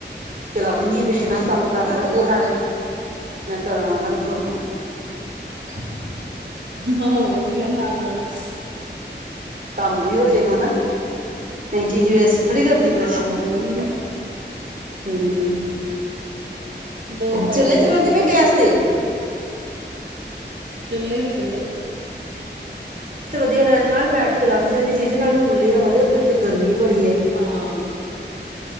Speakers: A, on the right (about 45°); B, on the right (about 70°).
A: ਬਣਾ ਦਿੰਦੀ ਹਾਂ ਬੈਠੇ-ਬੈਠੇ, ਮੈਂ ਕੰਮ ਕਰ ਲਵਾਂਗੇ ਨਾਲੇ ਮੈਂ ਤੁਹਾਨੂੰ ਫੁਲਕੇ-
B: ਆਹੋ, ਵਧੀਆ ਨਾਲ-ਨਾਲ
A: ਕੰਮ ਵੀ ਹੋਜੇਗਾ ਨਾ ਨਹੀ ਚੀਜ਼ ਵੇਸਟ ਥੋੜੀ ਕਰਨੀ ਕੁਛ।
B: ਆਹੋ ਉਹੀ ਨਾ
A: ਹੂੰ।
B: ਦੋ ਫਾਇਦੇ
A: ਚੁੱਲ੍ਹੇ
B: ਲਈਦੇ
A: ਤੇ ਲਾਹੁਦੇ ਪਏ,
B: ਆ
A: ਗੈਸ ਤੇ।
B: ਚੁੱਲੇ ਤੇ, ਚੁੱਲ੍ਹੇ ਤੇ।
A: ਤੇ ਵਧੀਆ ਰਹਿਣ ਨਾਲ ਬੈਠ ਕੇ ਲੱਥ ਜਾਂਦੀ ਚੀਜ਼, ਨਾਲੇ ਖੁੱਲੀ ਹਵਾ ਚ ਅੰਦਰ ਤੇ ਗਰਮੀ ਬੜੀ ਐ।
B: ਹਾਂ